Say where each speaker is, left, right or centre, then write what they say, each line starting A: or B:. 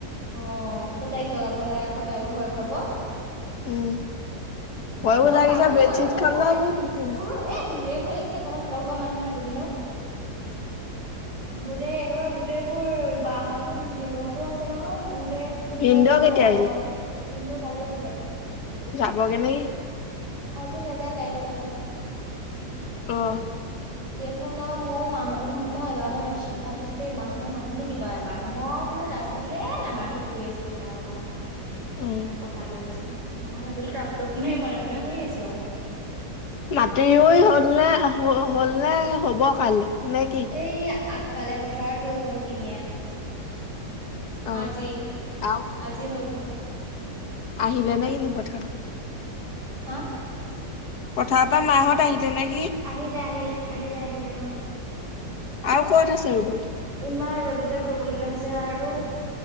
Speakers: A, on the right; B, on the left.
A: অ', তো তাইক জগাব নালাগে আকৌ তাইও ভয় খাব।
B: উম ভয়ো
A: মই
B: লাগিছে
A: কাকো
B: বেডশ্বীট
A: জগাম মোৰ
B: খন
A: ভয়
B: লৈ শুই
A: মোৰো
B: আছো।
A: এই মোৰে ভয় লাগিছে ঘৰত অতশুপা মানুহ থাকো তেনো গোটেই একেবাৰে গোটেইবোৰ বাহতো ভিন্দুহঁতো আছে নহয় যে
B: ভিনদেউ
A: মোৰ বোলো
B: কেতিয়া
A: অ', বিন্দু কালি আহিলে।
B: যাব কে নেকি।
A: আজি নাযায়, কাইলৈ যাব।
B: অ',।
A: দেখোন আৰু মই মাহঁতক মই এবাৰ মাতিছো ভাবিছো দেই মাহঁতক মাতোনে কিবা এবাৰ মই বোলো আছো বোলে এ, নামাতো শুই আছো শুই থাকক আৰু।
B: উম।
A: দিনৰত পথাৰলৈ গৈছে মই সেইব মান মানে শুই আছো আৰু।
B: মাটিও ৰুই হল ন হ'ব কাইলৈ নে কি?
A: এই আগফালে পথাৰত হৈ গ'ল শিঙিয়াত।
B: অ',
A: আজি
B: আৰু
A: আজি হৈ গল।
B: আহিলে নে নাই কিনো পথাৰ
A: হা।
B: পথাৰত পৰা মাহত আহিলে নে।
A: আহিল, আহিল, আহিল, আহিল।
B: আৰু ক'ত আছে ৰুবলে?
A: ইমান ৰ'দতে কৰিবলগীয়া হৈছে আৰু